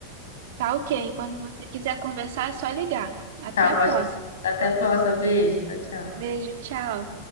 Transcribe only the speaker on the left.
Tá,
pode.
Até a próxima. Beijo. Tchau, tchau.